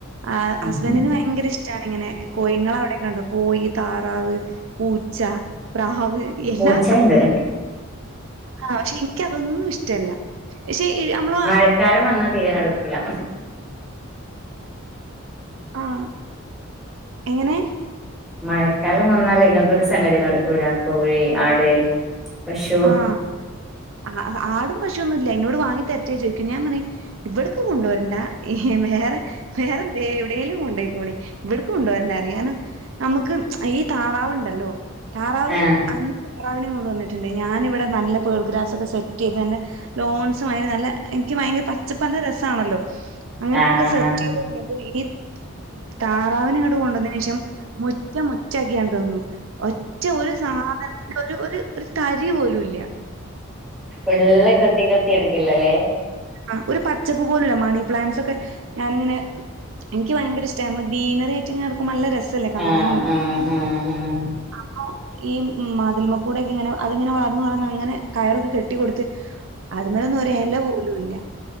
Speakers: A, on the right; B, in the centre.
A: ആ
B: ഉം.
A: ഹസ്ബന്റിന് ഭയങ്കര ഇഷ് ട്ടാണിങ്ങനെ കോഴിങ്ങളാവിടെക്കെ ഉണ്ടോ കോഴി താറാവ് പൂച്ച പ്രാ വ് എല്ലാ
B: പൂച്ചയുണ്ട്
A: ആഹ് പക്ഷെ എനിക്ക് അതൊന്നും ഇഷ്ടല്ല പക്ഷേ അമ്മ
B: മഴക്കാലം വന്നാ തീരെ നടുക്കൂല്ലാ
A: ആഹ് എങ്ങനെ
B: മഴക്കാലം വന്നാലെ ഇങ്ങനത്തൊരു സംഗതി നടക്കൂലാ കോഴി ആട് പശു
A: ആഹ് ആ ആടും പശുവൊന്നും ഇല്ല എന്നോട് വാങ്ങി തരട്ടേ ചോദിക്കും ഞാൻ പറ ഇവിടക്ക് കൊണ്ടുവരണ്ടാ വേറെ വേറെ എവിടേലും കൊണ്ട് പോയിക്കോളി എവിടേലും കൊണ്ടോയിക്കോളി ഇവിടക്ക് കൊണ്ടവരണ്ടാറിം കാരണം നമുക്ക് ഈ താറാവുണ്ടല്ലോ താറാവ്
B: ആഹ്
A: അ <unintelligible> താറാവിനെ കൊണ്ട് വന്നിട്ടുണ്ട് ഞാനിവിടെ നല്ല പേൾ ഗ്രാസൊക്കെ സെറ്റ് ചെയ്ത് നല്ല ലോൺസ് മാതിരി നല്ല എനിക്ക് ഭയങ്കര പച്ചപ്പല്ല രസാണല്ലോ അങ്ങനെ
B: ആഹ്
A: ഒക്കെ സെറ്റ്
B: ആഹ്
A: ചെയ്ത് കഴിഞ്ഞപ്പോ ഈ താറാവിനെങ്ങട്ട് കൊണ്ടന്നേനു ശേഷം മുറ്റം മുറ്റാക്കിയാണ്ട് തന്നു ഒറ്റ ഒരു സാധനത്തിന്റെ ഒരു ഒരു ഒരു തരി പോലും ഇല്ല്യ
B: എല്ലാം കൊത്തി കൊത്തി എടുക്കലല്ലേ
A: ആഹ് ഒരു പച്ചപ്പ് പോലുല്ല മണി പ്ലാന്റ്സൊക്കെ ഞാനിങ്ങനെ എനിക്ക് ഭയങ്കര ഇഷ്ടാ നമ്മള് ഗ്രീനറിയായിട്ട്ങ്ങ കെടക്കുമ്പൊ നല്ല ര സല്ലേ കാണാനും
B: ആഹ്
A: <unintelligible>
B: ആഹ് ആഹ്
A: അപ്പൊ ഈ മതിൽമെക്കൂടൊക്കെ ഇങ്ങനെ അതിങ്ങനെ വളർന്ന് വളർന്ന് അങ്ങനെ കയറൊക്കെ കെട്ടി കൊടുത്ത് അതിൽമെലൊന്നും ഒരു എല പോലും മില്ല